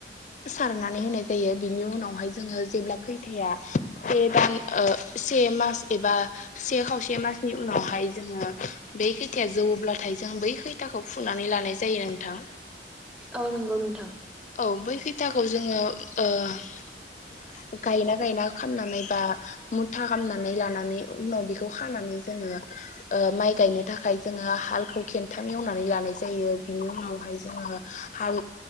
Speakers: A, on the left; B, in the centre.
A: सारनानै होनाय जायो बिनि उनावहाय जोङो जेब्ला खैथाया <unintelligible> से मास एबा से खावसे मासनि उनावहाय जोङो बेै खैथाया जौब्लाथाय जों बै खैथाखौ फुनानै लानाय जायो नोंथां
B: औ नोंगौ नोंथां
A: औ बै खैथाखौ जोङो ओ गायना गायना खामनानै बा मुथा खामनानै लानानै उनाव बेखौ खौ खानानै जोङो ओ माइ गायनो थाखाय जोङो हालखौ खेनथाम एवनानै लानाय जा जायो बिनि उनावहाय जोङो हाल